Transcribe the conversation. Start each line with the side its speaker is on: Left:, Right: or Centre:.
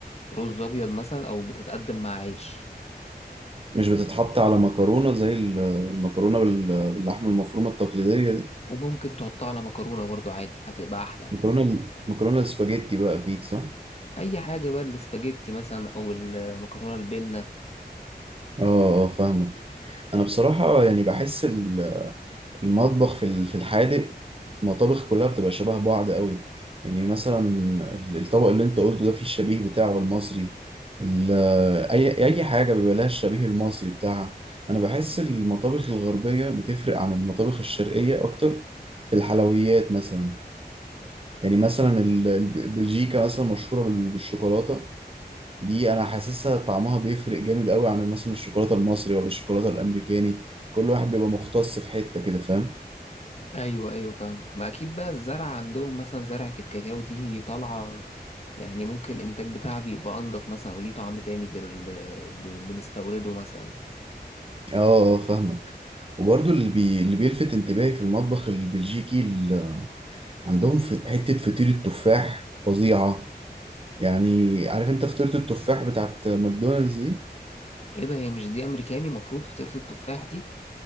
Left: رز أبيض مثلا أو بتتقدم مع عيش
Right: مش بتتحط على مكرونة زي ال- المكرونة بال- باللحمة المفرومة التقليدية دي
Left: وممكن تحطها على مكرونة برضو عادي هتبقى أحلى
Right: مكرونة مكرونة السباجيتي بقى أكيد صح؟
Left: أي حاجة بقى الاسباجيتي مثلا أو المكرونة البنة
Right: اه اه فاهمك أنا بصراحة يعني بحس ال- المطبخ في ال- في الحادق المطابخ كلها بتبقى شبه بعض قوي يعني مثلا ال- الطبق اللي أنت قلته ده فيه الشبيه بتاعه المصري ال- أي أي حاجة بيبقى لها الشبيه المصري بتاعها أنا بحس المطابخ الغربية بتفرق عن المطابخ الشرقية أكتر في الحلويات مثلا يعني مثلا ال- ال- بلجيكا مثلا مشهورة بال- بالشوكولاتة دي أنا حاسسها طعمها بيفرق جامد قوي عن مثلا الشوكولاتة المصري ولا الشوكولاتة الأمريكاني كل واحد بيبقى مختص في حتة كده فاهم؟
Left: أيوة أيوة فاهمك ما أكيد بقى الزرع عندهم مثلا زرعة الكاكاو دي طالعة يعني ممكن الإنتاج بتاعها بيبقى أنضف مثلا أو ليه طعم تاني غير اللي ب- بنستورده مثلا
Right: اه آه، آه، فاهمك وبرضو اللي بي... اللي بيلفت انتباهي في المطبخ البلجيكي ال... عندهم في حتة فطيرة التفاح فظيعة يعني عارف انت فطيرة التفاح بتاعت ماكدونالدز دي؟
Left: إيه ده هي مش دي أمريكاني مفروض فطيرة التفاح دي